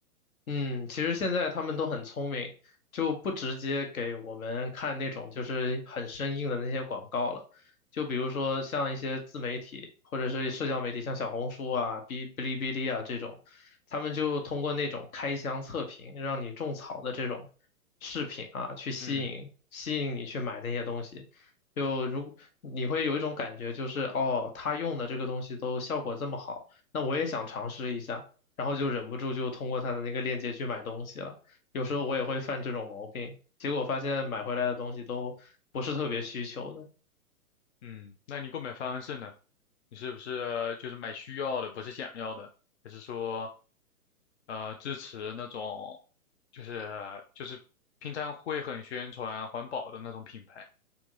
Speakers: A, on the left (about 65°); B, on the left (about 50°).
A: 嗯，其实现在他们都很聪明，就不直接给我们看那种就是很生硬的那些广告了。就比如说像一些自媒体或者是社交媒体，像小红书啊、哔哔哩哔哩啊这种，他们就通过那种开箱测评，让你种草的这种视频啊，去吸引吸引你去买那些东西。
B: 嗯
A: 就如你会有一种感觉，就是哦，他用的这个东西都效果这么好，那我也想尝试一下。然后就忍不住就通过他的那个链接去买东西了。有时候我也会犯这种毛病，结果发现买回来的东西都不是特别需求的。
B: 嗯，那你购买方式呢？你是不是就是买需要的，不是想要的？还是说？呃支持那种就是就是平常会很宣传环保的那种品牌。